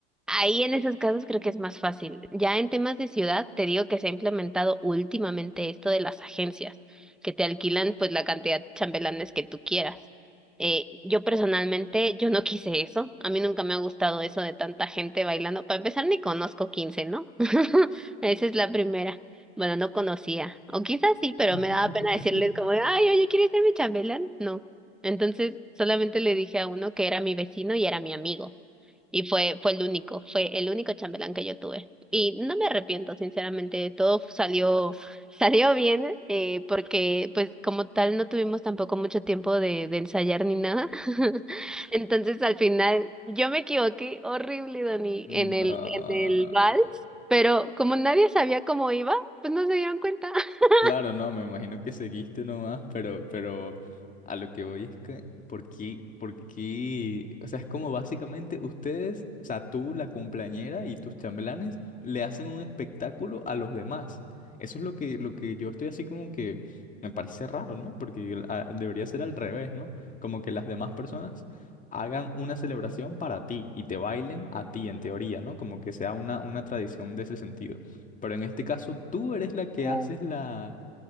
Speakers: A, in the centre; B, on the left.
A: Ahí en esos casos creo que es más fácil. Ya en temas de ciudad, te digo que se ha implementado últimamente esto de las agencias, que te alquilan pues la cantidad de chambelanes que tú quieras. Eh, yo personalmente, yo no quise eso. A mí nunca me ha gustado eso de tanta gente bailando. Para empezar, ni conozco 15, ¿no? <laughs> Esa es la primera. Bueno, no conocía. O quizás sí, pero
B: <laughs>
A: me daba pena decirles como, ay, oye, ¿quieres ser mi chambelán? No. Entonces, solamente le dije a uno que era mi vecino y era mi amigo. Y fue, fue el único, fue el único chambelán que yo tuve. Y no me arrepiento, sinceramente, todo salió, <laughs> salió bien, eh, porque pues como tal no tuvimos tampoco mucho tiempo de, de ensayar ni nada. <laughs> Entonces al final yo me equivoqué horrible, Dani,
B: No.
A: en el, en el vals, pero como nadie sabía cómo iba, pues no se dieron cuenta. <laughs>
B: Claro, no, me imagino que seguiste nomás, pero, pero a lo que voy es que, ¿por qué, por qué? O sea, es como básicamente ustedes, o sea, tú, la cumpleañera y tus chambelanes, le hacen un espectáculo a los demás. Eso es lo que, lo que yo estoy así como que me parece raro, ¿no? Porque el- a- debería ser al revés, ¿no? Como que las demás personas hagan una celebración para ti y te bailen a ti, en teoría, ¿no? Como que sea una, una tradición de ese sentido. Pero en este caso tú eres la que
A: Uh,
B: haces la